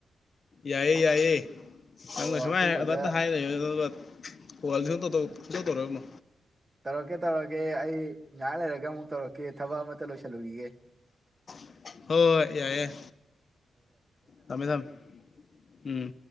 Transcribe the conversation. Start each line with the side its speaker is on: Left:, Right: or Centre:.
Left: ꯌꯥꯏꯌꯦ ꯌꯥꯏꯌꯦ ꯅꯪꯅ
Right: ꯑꯣ
Left: ꯁꯨꯝꯃꯥꯏ
Right: ꯑꯊꯨꯕꯗ
Left: ꯑꯗꯥꯏꯇ ꯍꯥꯏ ꯂꯩꯌꯨ ꯑꯗꯨꯒ ꯀꯣꯜ ꯁꯨꯡꯇꯧ ꯇꯧ ꯇꯧꯔꯛꯎꯅꯨ
Right: ꯇꯧꯔꯛꯀꯦ ꯇꯧꯔꯛꯀꯦ ꯑꯩ ꯉꯥꯏꯍꯥꯥꯛ ꯂꯩꯔꯒ ꯑꯃꯨꯛ ꯇꯧꯔꯛꯀꯦ ꯊꯕꯛ ꯑꯃꯇ ꯂꯣꯏꯁꯤꯜꯂꯨꯈꯤꯒꯦ
Left: ꯍꯣꯏ ꯍꯣꯏ ꯌꯥꯏꯌꯥꯏ ꯊꯝꯃꯦ ꯊꯃꯦ ꯎꯝ